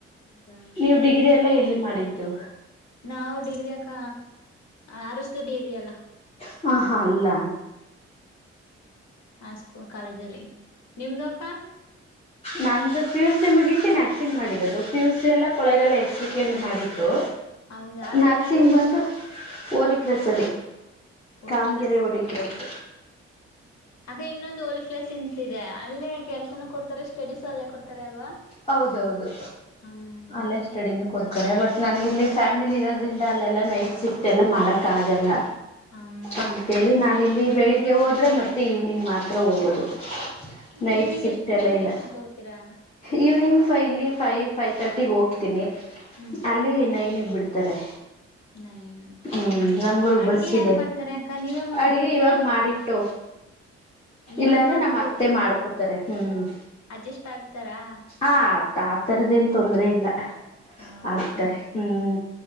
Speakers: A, on the left; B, on the left.
A: ಹೌದಾ
B: ನೀವು ಡಿಗ್ರಿ ಎಲ್ಲ ಎಲ್ಲಿ ಮಾಡ ಮಾಡಿದು
A: ನಾವು ಡಿಗ್ರಿ ಅಕ್ಕ ಆರ್ ಎಸ್ ದೊಡ್ಡಿ ಇದಿ ಎಲ್ಲ
B: ಹ ಹಾ ಅಲ್ಲ
A: ಆ ಕಾಲೇಜಲ್ಲಿ ನಿಮ್ದ ಅಕ್ಕ
B: ನಂದು ಪಿಯುಸಿ ಮುಗ್ಸಿ ನರ್ಸಿಂಗ್ ಮಾಡಿರೋದು ಪಿಯುಸಿ ಎಲ್ಲ ಕೊಳ್ಳೇಗಾಲ ಎಸ್‌ವಿ‌ಕೆ ಮಾಡಿದ್ದು
A: ಹೌದ ಹಾಗಾದ್ರೆ
B: ನರ್ಸಿಂಗ್ ಬಂದು ಹೋಲಿ ಕ್ರಸ್
A: ಹೋಲಿ
B: ಕಾಮಗೆರೆ
A: ಕ್ಲಾಸ್
B: ಹೋಲಿ ಕ್ರಸ್
A: ಅದೇ ಇನ್ನೊಂದ್ ಹೋಳ ಕ್ರಸ್ ನಿಂತಿದೆ ಅಲ್ಲೇ ಕೆಲ್ಸನೂ ಕೊಡ್ತಾರೆ ಸ್ಟಡೀಸು ಅಲ್ಲೇ ಕೊಡ್ತಾರೆ ಅಲ್ವಾ
B: ಹೌದೌದು
A: ಹ್ಮ್
B: ಅಲ್ಲೇ ಸ್ಟಡಿನ ಕೊಡ್ತಾರೆ ಬಟ್ ನನಗಿಲ್ಲಿ ಫ್ಯಾಮಿಲಿ ಇರೋದರಿಿಂದ ಅಲ್ಲೆಲ್ಲ ನೈಟ್ ಸಿಫ್ಟ ಎಲ್ಲ ಮಾಡೋಕ್ಕಾಗಲ್ಲ
A: ಹ್ಮ್
B: ಅಂತೇಳಿ ನಾನಿಲ್ಲಿ ಬೆಳಿಗ್ಗೆ ಹೋದರೆ ಮತ್ತೆ ಈವ್ನಿಂಗ್ ಮಾತ್ರ ಹೋಗೋದು ನೈಟ್
A: ಈವ್ನಿಂಗ್
B: ಶಿಫ್ಟ್
A: ಎಷ್ಟ್
B: ಎಲ್ಲ
A: ಗಂಟೆಗೆ
B: ಇಲ್ಲ
A: ತನಕ ಹೋಗ್ತೀರಾ
B: ಈವ್ನಿಂಗ್ ಫೈ ಇಲ್ಲಿ ಫೈ ಫೈ ತರ್ಟಿಗೆ ಹೋಗ್ತೀನಿ
A: ಹ್ಮ್
B: ಅಲ್ಲಿ ನೈನಿಗೆ ಬಿಡ್ತಾರೆ
A: <inaudible> ನಯನ
B: ಹ್ಮ್ ನಮ್ಮೂರ್ಗ್
A: ಅಡ್ಗೆ
B: ಬಸ್
A: ಯಾರ್
B: ಇದೆ
A: ಮಾಡ್ತಾರ ಅಕ್ಕ ನೀವೇ ಮಾಡ್ಬಿಟ್ಟ
B: ಅಡಿಗೆ
A: ಹೋಗ್ತೀರಾ
B: ಇವಾಗ ಮಾಡಿಟ್ಟು
A: ಇವಾಗ
B: ಇಲ್ಲಾಂದ್ರೆ
A: ಮಾಡ್ಬಿಟ್ಟು
B: ನಮ್ಮ್ ಅತ್ತೆ
A: ಹೋಗ್ಬಿಡ್ತೀರಾ
B: ಮಾಡ್ಕೋತಾರೆ ಹ್ಮ್
A: ಅಡ್ಜಸ್ಟ್ ಆಗ್ತಾರಾ
B: ಆ ಆತರದ ಏನ್ ತೊಂದ್ರ ಇಲ್ಲ
A: ಹೌದಾ
B: ಆಗ್ತಾರೆ ಹ್ಮ್